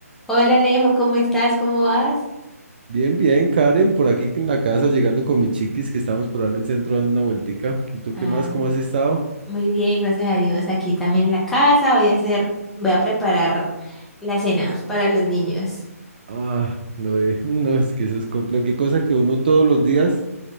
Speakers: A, in the centre; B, on the right.
A: Hola Alejo, ¿cómo estás? ¿Cómo vas?
B: Bien, bien, Karen, por aquí en la casa, llegando con mis chiquis que estábamos por ahí en el centro dando una vueltica. ¿Y tú
A: Ah,
B: qué más? ¿Cómo has estado?
A: muy bien, gracias a Dios. Aquí también en la casa voy a hacer, voy a preparar la cena para los niños.
B: Ah, lo de, <laughs> no, es que eso es complejo. Qué cosa que uno todos los días